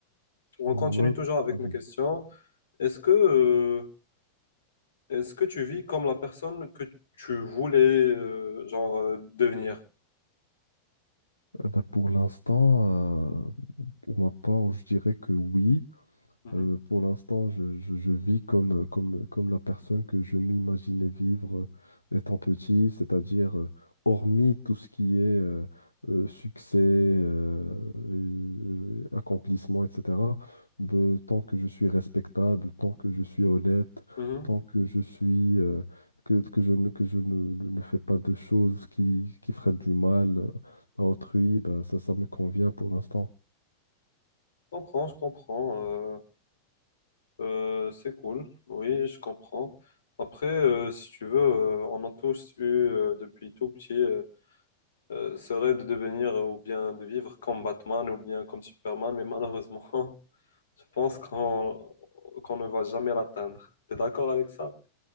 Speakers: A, on the left; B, on the left.
A: On
B: Ouais.
A: continue toujours avec
B: Euh,
A: mes questions. Est-ce que euh, Est-ce que tu vis comme la personne que tu voulais euh, genre euh, devenir?
B: bah, pour l'instant, euh, pour ma part, je dirais que oui.
A: Mhm.
B: Euh, pour l'instant, je, je- je vis comme, comme, comme la personne que je m'imaginais vivre euh, étant petit, c'est-à-dire euh, hormis tout ce qui est euh, euh, succès, euh, euh, accomplissement, etc. de- tant que je suis respectable, tant que je suis honnête,
A: Mhm.
B: tant que je suis euh, que, que je ne, que je ne, ne- ne fais pas de choses qui, qui feraient du mal à autrui, ben, ça, ça me convient pour l'instant.
A: Je comprends, je comprends. euh, euh, c'est cool. Oui, je comprends. Après, euh, si tu veux, euh, on a tous eu euh, depuis tout petit euh, euh, ce rêve de devenir euh, ou bien de vivre comme Batman ou bien comme Superman, mais malheureusement, <laughs> je pense qu'on qu'on ne va jamais l'atteindre. T'es d'accord avec ça?